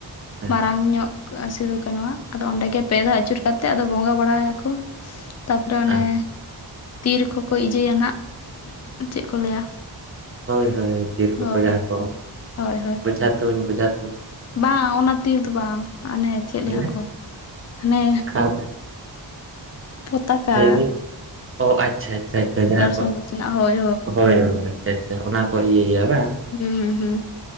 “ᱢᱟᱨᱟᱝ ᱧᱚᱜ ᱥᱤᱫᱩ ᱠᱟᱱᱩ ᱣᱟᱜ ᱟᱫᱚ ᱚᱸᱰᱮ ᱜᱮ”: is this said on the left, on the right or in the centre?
Left